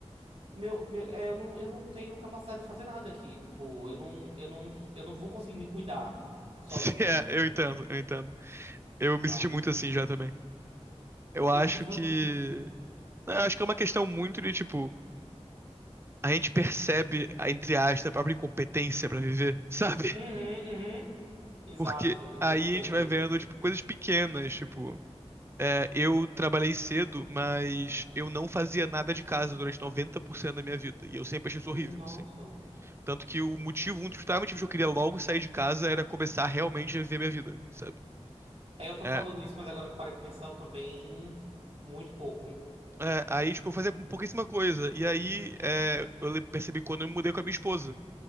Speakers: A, on the right; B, on the right.
A: Meu, meu, é, eu não, eu não tenho capacidade de fazer nada aqui. Tipo, eu não, eu não, eu não vou conseguir me cuidar sozinho,
B: Sim, é, eu entendo, eu entendo. Eu
A: sabe?
B: me senti muito assim já também. Eu
A: Eu,
B: acho
A: e, tipo,
B: que. Não, Eu acho que é uma questão muito de, tipo, a gente percebe, a- entre aspas, a própria incompetência pra viver, <laughs> sabe?
A: uhum, uhum, exato,
B: Porque
A: exatamente.
B: aí a gente vai vendo, tipo, coisas pequenas, tipo, é, eu trabalhei cedo, mas eu não fazia nada de casa durante 90% da minha vida. E eu sempre achei isso
A: Nossa.
B: horrível, assim. Tanto que o motivo, um dos principais motivos que eu queria logo sair de casa era começar realmente a viver minha vida, sabe?
A: É, eu tô
B: É,
A: falando isso, mas agora que eu parei de pensar, eu também muito pouco.
B: é, aí, tipo, eu fazia pouquíssima coisa. E aí, é, eu le- percebi quando eu me mudei com a minha esposa.